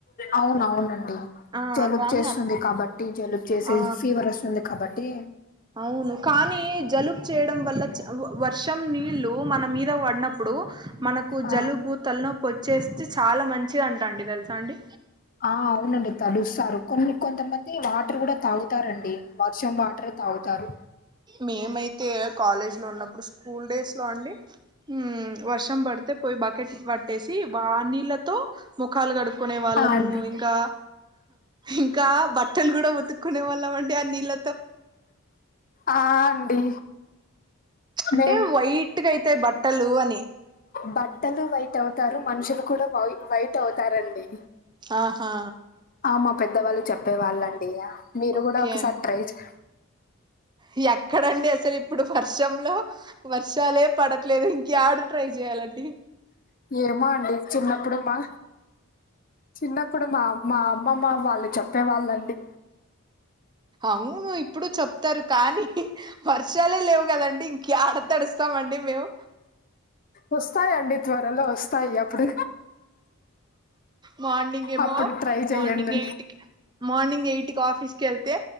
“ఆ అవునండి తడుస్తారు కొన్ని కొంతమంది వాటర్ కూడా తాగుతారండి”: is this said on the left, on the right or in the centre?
Left